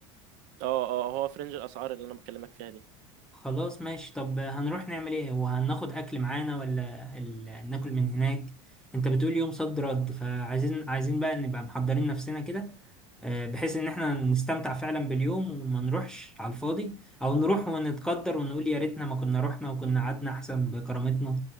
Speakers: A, on the right (about 60°); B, in the centre.
A: اه اه هو في رينج الاسعار اللي انا بكلمك فيها دي
B: خلاص ماشي طب هنروح نعمل ايه وهناخد اكل معانا ولا ال... ناكل من هناك انت بتقول يوم صد رد فعايزين عايزين بقى نبقى محضرين نفسنا كده آه، بحيث ان احنا نستمتع فعلا باليوم وما نروحش على الفاضي او نروح ونتقدر ونقول يا ريتنا ما كنا رحنا وكنا قعدنا احسن بكرامتنا